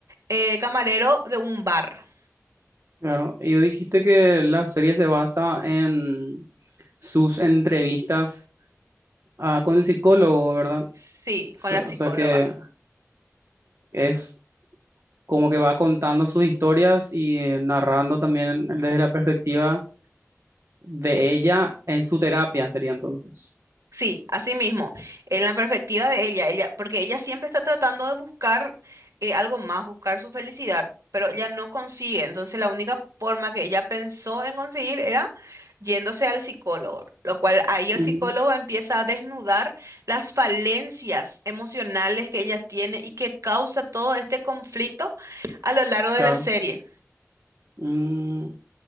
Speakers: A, on the right; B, on the right.
A: eh, camarero de un bar.
B: Claro. Y dijiste que la serie se basa en sus entrevistas ah, con el psicólogo, ¿verdad? O
A: Sí,
B: sea
A: con la psicóloga.
B: o sea que es como que va contando sus historias y narrando también desde la perspectiva de ella en su terapia, sería entonces.
A: Sí, así mismo, en la perspectiva de ella, ella, porque ella siempre está tratando de buscar eh, algo más, buscar su felicidad, pero ella no consigue. Entonces la única forma que ella pensó en conseguir era yéndose al psicólogo, lo cual ahí el
B: Ujú,
A: psicólogo empieza a desnudar las falencias emocionales que ella tiene y que causa todo este conflicto a lo largo
B: claro.
A: de la serie.
B: Mm,